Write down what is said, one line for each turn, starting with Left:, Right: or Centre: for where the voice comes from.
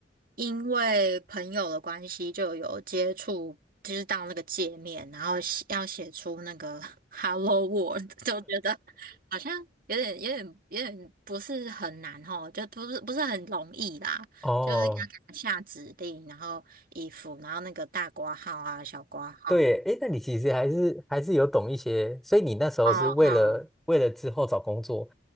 Right: 因为朋友的关系，就有接触，就是到那个界面，然后写要写出那个 <laughs> Hello World，就觉得 <laughs> 好像有点、有点、有点不是很难哦，就不是不是很容易啦，
Centre: 哦，
Right: 就是要给他下指令，然后衣服，然后那个大括号啊、小括号、
Centre: 对哎，诶，那你其实还是还是有懂一些，所以你那时候是为了为了之后找工作，
Right: 哦好。